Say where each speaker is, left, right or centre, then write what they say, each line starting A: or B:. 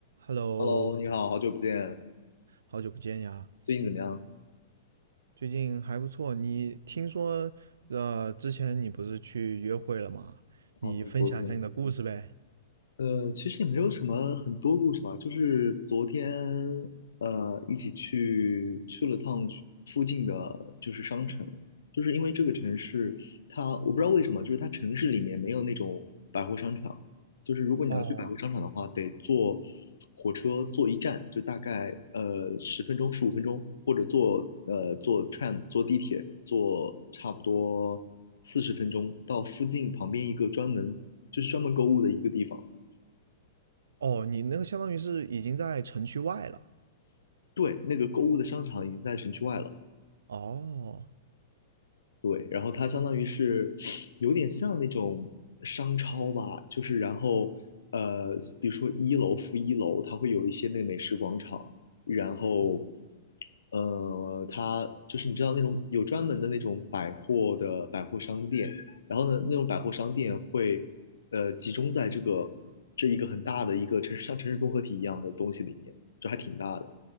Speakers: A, on the right; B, on the left.
A: Hello，
B: Hello，你好，好久不见，
A: 好久不见呀，
B: 最近怎么样？
A: 最近还不错。你听说，呃，之前你不是去约会了吗？你分享一下你的故事呗。
B: 啊，对，昨天。呃，其实也没有什么很多故事吧，就是昨天呃一起去去了趟去附近的就是商城，就是因为这个城市它我不知道为什么，就是它城市里面没有那种百货商场，就是如果你要去百货商场的话，
A: 哦，
B: 得坐火车坐一站，就大概呃十分钟十五分钟，或者坐呃坐 tram 坐地铁坐差不多四十分钟到附近旁边一个专门就是专门购物的一个地方。
A: 哦，你那个相当于是已经在城区外了。
B: 对，那个购物的商场已经在城区外了。
A: 哦，
B: 对，然后它相当于是有点像那种商超吧，就是然后呃，比如说一楼、负一楼，它会有一些那个美食广场，然后
A: 嗯
B: 呃，它就是你知道那种有专门的那种百货的百货商店，然后呢，那种百货商店会呃集中在这个这一个很大的一个城市，像城市综合体一样的东西里面，就还挺大的。